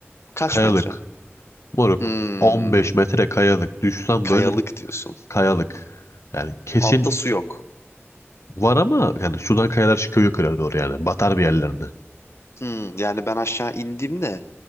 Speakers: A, on the left; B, on the left.
A: Kaç
B: kayalık.
A: metre?
B: Moruk
A: Hmm,
B: 15 metre kayalık. Düşsen
A: kayalık
B: böyle
A: diyorsun.
B: kayalık. Yani kesin
A: Altta su yok.
B: var ama yani sudan kayalar çıkıyor yukarı doğru yani. Batar bir yerlerine.
A: Hmm, yani ben aşağı indiğimde